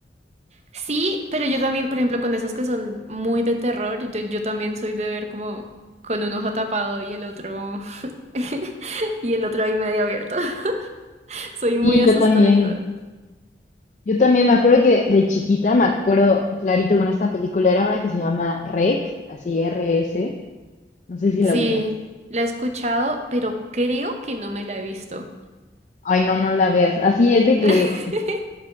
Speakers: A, on the right; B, on the left.
A: Sí, pero yo también, por ejemplo, con esas que son muy de terror, yo, yo también soy de ver como con un ojo tapado y el otro <laughs> y el otro ahí medio abierto. <laughs> Soy
B: Sí,
A: muy asustadiza.
B: yo también. Yo también me acuerdo que de chiquita, me acuerdo clarito con esta película, era una que se llama REC, así r s no sé si
A: Sí,
B: la ubicas.
A: la he escuchado, pero creo que no me la he visto.
B: Ay, no, no la veas. Así es de que
A: <laughs>